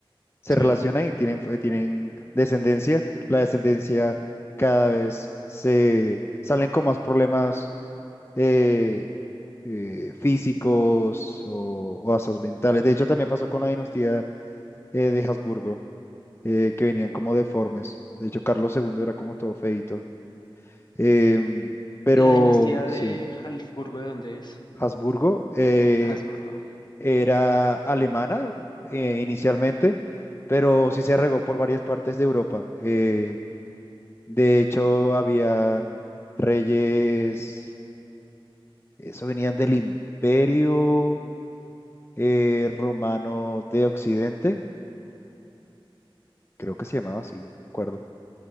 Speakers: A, on the left; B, on the left.
A: se
B: Sí.
A: relacionan y tienen, f- tienen descendencia. La descendencia cada vez se salen con más problemas eh, eh, físicos o, o hasta mentales. De hecho, también pasó con la dinastía eh, de Habsburgo, eh, que venían como deformes. De hecho, Carlos II era como todo feito. Eh, pero
B: La dinastía de
A: sí,
B: Habsburgo, ¿de dónde es?
A: Habsburgo eh,
B: Habsburgo.
A: era alemana eh, inicialmente, pero sí se regó por varias partes de Europa. Eh, de hecho, habían reyes, eso venían del Imperio eh, Romano de Occidente, creo que se llamaba así, no me acuerdo.